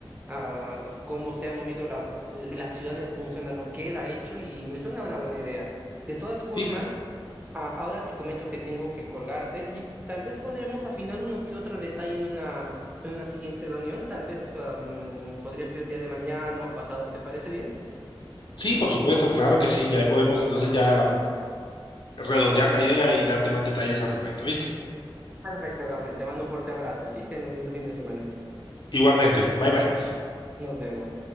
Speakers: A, on the right; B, on the left.
A: ah, cómo se ha movido la, la ciudad en función a lo que él ha hecho y me suena una buena idea. De todas formas,
B: Sí,
A: Ah, ahora te comento que tengo que colgarte y tal vez podríamos afinar uno que otro detalle en una, en una siguiente reunión. Tal vez am, podría ser el día de mañana o pasado. ¿Te parece bien?
B: sí, por supuesto, claro que sí, ya ahí podemos entonces ya redondear la idea y darte más detalles al respecto, ¿viste?
A: Perfecto, Gabriel. Te mando un fuerte abrazo, ¿sí? Ten un lindo fin de semana.
B: Igualmente, bye bye.
A: Nos vemos.